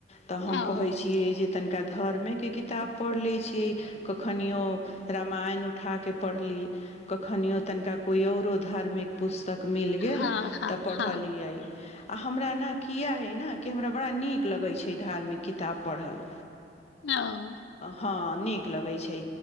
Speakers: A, on the left (about 35°); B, on the left (about 75°).
A: तऽ हम
B: ओ
A: कहैत छियै जे तनिका धर्मेके किताब पढ़ि लै छियै कखनियो रामायण उठाके पढ़ली कखनियो तनिका कोइ आओरो धार्मिक पुस्तक मिल गेल
B: हँ हँ
A: तऽ पढ़लियै
B: हँ
A: आ हमरा ने किए हय ने कि हमरा बड़ा नीक लगै छै धार्मिक किताब पढ़ल
B: ओ
A: हँ नीक लगै छै